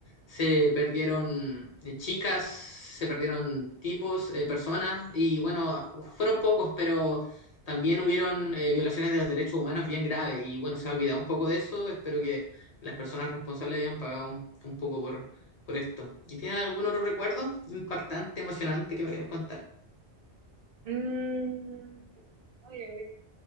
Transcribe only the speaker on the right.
Mm, voy a